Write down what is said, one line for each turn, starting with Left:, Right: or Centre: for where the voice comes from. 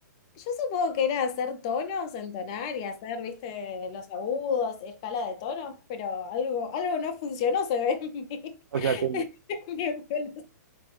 Left: Yo supongo que era hacer tonos, entonar y hacer, viste, los agudos y escala de tonos, pero algo, algo no funcionó, se ve en mi,
Right: O sea, que
Left: <laughs> en mi evolución.